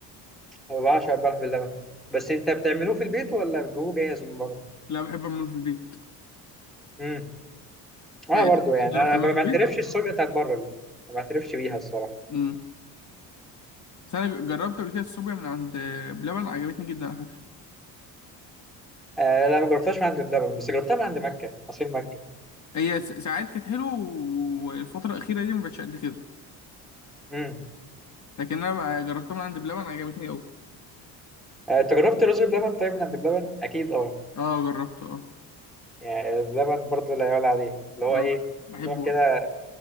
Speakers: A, in the centre; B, on the left.
A: أنا بعشق البلح باللبن بس أنت بتعملوه في البيت ولا بتجيبوه جاهز من بره؟
B: لا بحب اعمله في البيت
A: امم وأنا
B: تا-
A: برضو يعني
B: تعرف
A: أنا
B: تعمله
A: ما
B: في
A: بعترفش
B: البيت
A: السوبيا بتاعت بره دي ما بعترفش بيها الصراحة
B: امم بس انا جربت قبل كده الصوبيا من عند بلبن عجبتني جدا على فكره
A: أه لا ما جربتهاش من عند بلبن بس جربتها من عند مكة عصير مكة
B: هي س- ساعات كانت حلوه والفتره الاخيره دي ما بقتش قد كده
A: امم
B: لكن انا بقى جربتها من عند بلبن عجبتني قوي
A: أه أنت جربت رز بلبن طيب من عند بلبن؟ أكيد أه
B: اه جربته اه
A: يعني اللبن برضو لا يعلى عليه اللي هو
B: اه
A: ايه
B: بح- بحبه
A: تروح كده
B: برضه